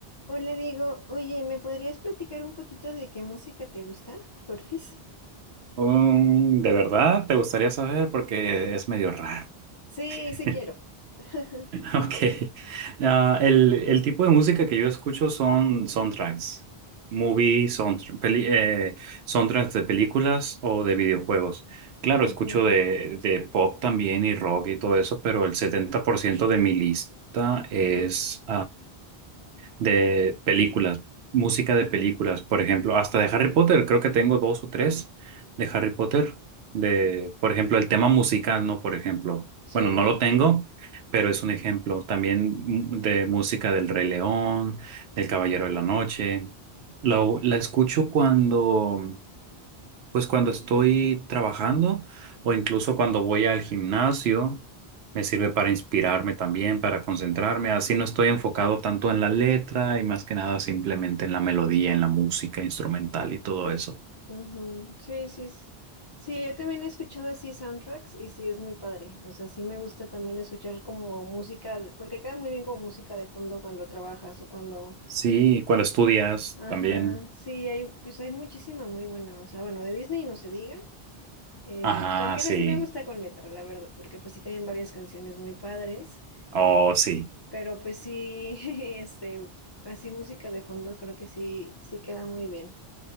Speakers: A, on the left; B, on the right.
A: Hola Diego, oye, ¿me podrías platicar un poquito de qué música te gusta, porfis?
B: Um, ¿de verdad te gustaría saber? Porque es medio raro. <laughs>
A: Sí, sí quiero. <laughs>
B: Ok. Ah, el, el tipo de música que yo escucho son soundtracks, movie, soundtr- peli- eh, soundtracks de películas o de videojuegos. Claro,
A: Ujú,
B: escucho de, de pop también y rock y todo eso, pero el 70% de mi lista es de películas, música de películas, por ejemplo, hasta de Harry Potter, creo que tengo dos o tres de Harry Potter, de, por ejemplo, el tema musical, ¿no? Por ejemplo,
A: Sí,
B: bueno, no lo tengo, pero es un ejemplo también mm, de música del Rey León, del Caballero de la Noche. Lo, la escucho cuando pues cuando estoy trabajando o incluso cuando voy al gimnasio, me sirve para inspirarme también, para concentrarme. Así no estoy enfocado tanto en la letra y más que nada simplemente en la melodía, en la música instrumental y todo eso.
A: ujú, Sí, sí. s- Sí, yo también he escuchado así soundtracks y sí es muy padre. O sea, sí me gusta también escuchar como música, de- porque queda muy bien como música de fondo cuando trabajas o cuando...
B: Sí, cuando estudias
A: Ajá,
B: también.
A: sí, hay, pues hay muchísima muy buena. O sea, bueno, de Disney no se diga. eh,
B: Ajá,
A: aunque
B: sí.
A: esa sí me gusta con letra, la verdad, porque pues sí tienen varias canciones muy padres.
B: Oh, sí.
A: Pero pues sí, <laughs> este, así música de fondo creo que sí, sí queda muy bien.